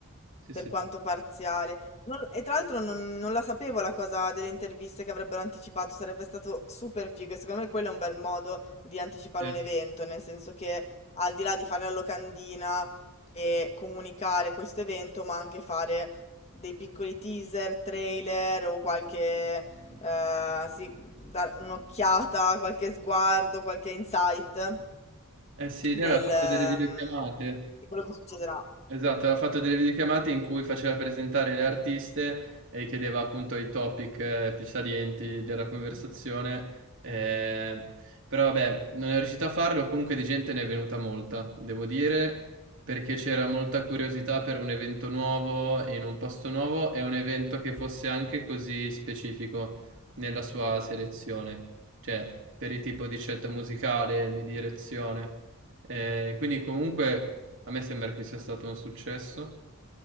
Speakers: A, on the right; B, on the left.
A: Sì,
B: per
A: sì,
B: quanto
A: sì.
B: parziale. Non- e tra l'altro non, non la sapevo la cosa delle interviste che avrebbero anticipato, sarebbe stato super figo e secondo me quello è un bel modo di anticipare
A: Eh,
B: un evento, nel senso che al di là di fare la locandina e comunicare questo evento, ma anche fare dei piccoli teaser, trailer o qualche...
A: esatto.
B: Eh, sì, dare un'occhiata, qualche sguardo, qualche insight
A: eh sì,
B: del,
A: lei aveva fatto
B: ehm,
A: delle videochiamate.
B: di quello che succederà.
A: Esatto, aveva fatto delle videochiamate in cui faceva presentare le artiste e chiedeva appunto i topic eh, più salienti della conversazione, eh, però vabbè, non è riuscito a farlo, comunque di gente ne è venuta molta, devo dire, perché c'era molta curiosità per un evento nuovo in un posto nuovo e un evento che fosse anche così specifico nella sua selezione, cioè per il tipo di scelta musicale, di direzione. Eh, quindi comunque a me sembra che sia stato un successo.